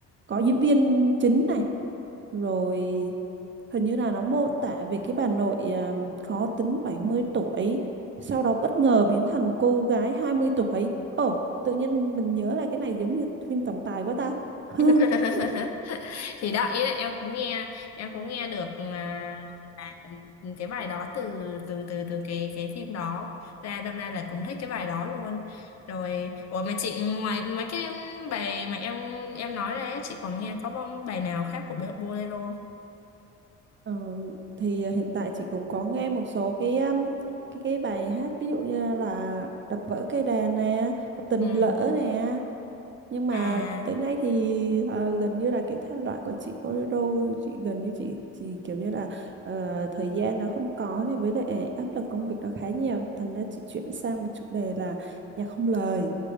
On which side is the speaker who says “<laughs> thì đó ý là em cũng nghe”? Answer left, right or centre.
Left